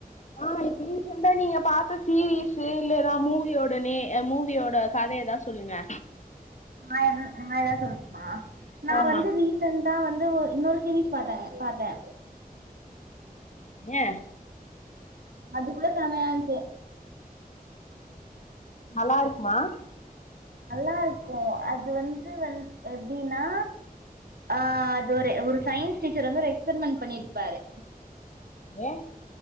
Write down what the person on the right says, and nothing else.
நாயெது நாயதா சொல்ட்டுமா நா
வந்து ரீசன் டா வந்து ஒர் இன்னொரு சீரிஸ் பாத்தாங்க பாத்தே
அதுக்குள்ள செமையான்ச்சு
நல்லா இருக்கு அது வந்து வன் எப்டின்னா ஆஹ் அது ஒரு ஒரு சயின்ஸ் டீச்சர் வந்து எக்ஸ்பரிமென்ட் பண்ணிர்ப்பாரு